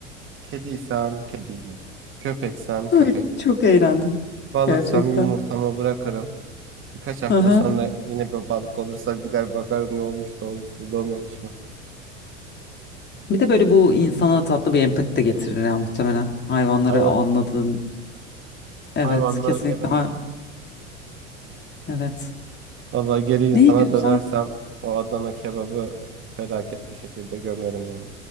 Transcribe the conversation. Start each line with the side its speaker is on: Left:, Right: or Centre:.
Right: Kediysem kediyle. Köpeksem
Left: Ay,
Right: köpek.
Left: çok eğlendim
Right: Balıksam
Left: gerçekten.
Right: yumurtamı bırakırım. Birkaç hafta
Left: Aha.
Right: sonra yine bir balık olursam gider bakarım ne olmuş da olmuş mu da olmamış mı.
Left: Bir de böyle bu insana tatlı bir empati de getirir ya muhtemelen. Hayvanları
Right: Hayvan,
Left: anladığın. Evet
Right: hayvanları
Left: kesinlikle.
Right: yememek
Left: Ha,
Right: için.
Left: evet.
Right: Valla geri insana
Left: Neyi güzel.
Right: dönersem o Adana kebabı felaket bir şekilde gömerim yani.